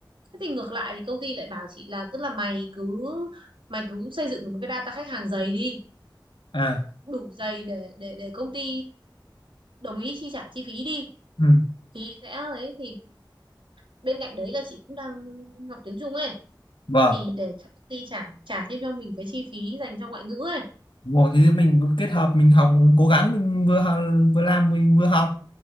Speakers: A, on the right; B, on the left.
A: thế thì ngược lại thì công ty lại bảo chị là tức là mày cứ mày cứ xây dựng được một cái data khách hàng dày đi
B: à
A: đủ dày để để để công ty đồng ý chi trả chi phí đi
B: ừ.
A: thì sẽ ấy thì bên cạnh đấy là chị cũng đang học tiếng Trung ấy
B: vâng
A: thì để cho công ty trả trả thêm cho mình cái chi phí dành cho ngoại ngữ ấy
B: đúng rồi thì mình cứ kết hợp mình học cố gắng mình vừa học- vừa làm mình vừa học